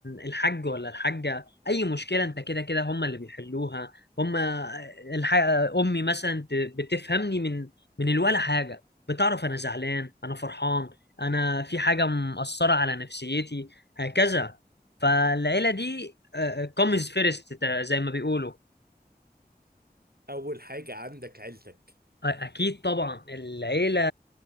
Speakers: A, on the left; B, on the right.
A: الحاج ولا الحاجة أي مشكلة أنت كده كده هما اللي بيحلوها هما الح... أمي مثلا ت- بتفهمني من من الولا حاجة بتعرف أنا زعلان أنا فرحان أنا في حاجة مأثرة على نفسيتي هكذا فالعيلة دي كومز فيرست زي ما بيقولوا
B: اول حاجة عندك عيلتك
A: اكيد طبعا العيله